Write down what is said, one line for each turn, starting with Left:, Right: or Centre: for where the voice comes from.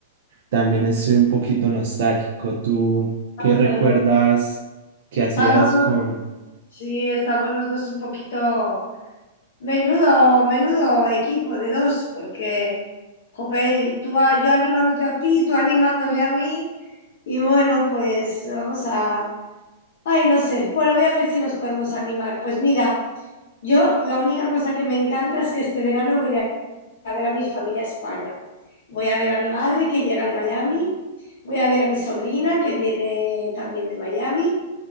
Right: también estoy un poquito nostálgico. ¿Tú
Left: Ah,
Right: qué recuerdas
Left: bueno,
Right: que hacías
Left: estamos los-
Right: con,
Left: sí, estamos los dos un poquito... Menudo, menudo equipo de dos, porque jope, tú, a- yo animándote a ti, tú animándome a mí, y bueno, pues vamos a... Ay, no sé, bueno, voy a ver si nos podemos animar. Pues mira, yo la única cosa que me encanta es que este verano voy a ir a ver a mi familia a España. Voy a ver a mi madre que llega de Miami, voy a ver a mi sobrina que viene también de Miami.